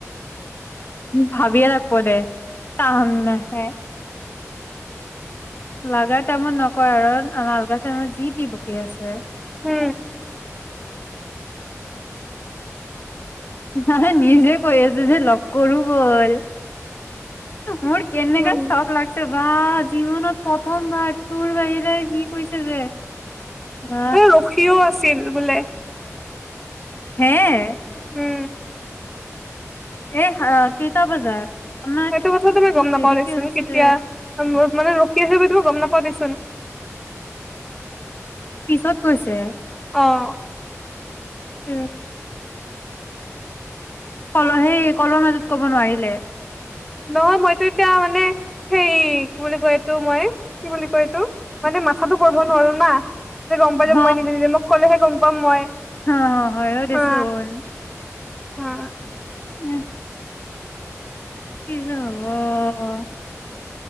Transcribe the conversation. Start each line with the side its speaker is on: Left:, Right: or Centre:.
Left: ভাবিয়ে থাকব দে, কাম নাহে। লাগা টাইমত নকয় আৰু নালগা টাইমত যি টি বকী আছে।
Centre: হু।
Left: নাই নিজে কৈ আছো যে লগ কৰো ব'ল, মোৰ কেনেকা
Centre: উম
Left: চখ লাগছে বা বা জীৱনত প্ৰথমবাৰ তোৰ বাহিৰে সি কৈছে যে বা
Centre: এ ৰখিও আছিল বোলে।
Left: হে এ
Centre: উম
Left: এহ আ কেইটা বজাত আমাৰ
Centre: হেটো
Left: তেতিয়া
Centre: কথাটো মই
Left: বহুত
Centre: গম নাপাওঁ
Left: দেৰিকে
Centre: দেচোন
Left: হৈছে
Centre: কেতিয়া মোক মানে ৰখি আছে বুলি টো গম নাপ ক দেচোন।
Left: পিছত কৈছে।
Centre: অ'
Left: উম কল', হেই কল' মাজত কব নোৱাৰিলে।
Centre: নহয় মইতো এতিয়া মানে সেই কি বুলি কয় এটো মই, কি বুলি কয় এইটো মানে মাথাতো পৰব' নোৱাৰো না। গম পাই
Left: হ
Centre: যে মই নিজে নিজে মোক ক'লেহে গম পাম মই,
Left: হ হয় অ দেচোন
Centre: হা। হা
Left: উম কি যে হ'ব।